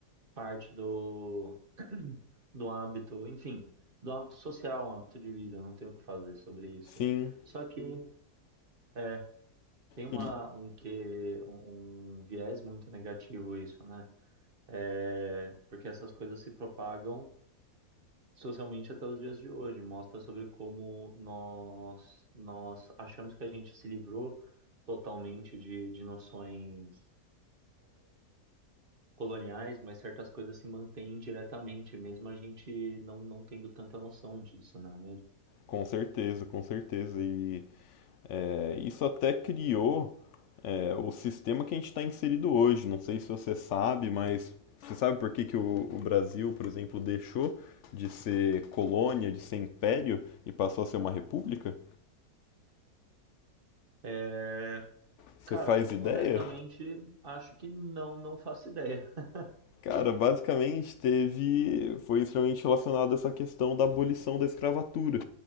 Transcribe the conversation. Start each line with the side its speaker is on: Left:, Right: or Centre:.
Right: parte do, <clears throat> do hábito, enfim, do hábito social, um hábito de vida, não tem o que fazer sobre isso.
Left: Sim,
Right: Só Sim. que Sim. é, tem uma,
Left: e
Right: um que um, um viés muito negativo isso, né? É, porque essas coisas se propagam socialmente até os dias de hoje, mostra sobre como nós, nós achamos que a gente se livrou totalmente de, de noções coloniais, mas certas coisas se mantêm diretamente, mesmo a gente não, não tendo tanta noção disso, não é mesmo?
Left: com certeza, com certeza. E é, isso até criou é, o sistema que a gente está inserido hoje. Não sei se você sabe, mas você sabe por que que o, o Brasil, por exemplo, deixou de ser colônia, de ser império e passou a ser uma república?
Right: É,
Left: Você
Right: cara,
Left: faz ideia?
Right: honestamente, acho que não, não faço ideia. <laughs>
Left: Cara, basicamente teve. Foi extremamente relacionado a essa questão da abolição da escravatura.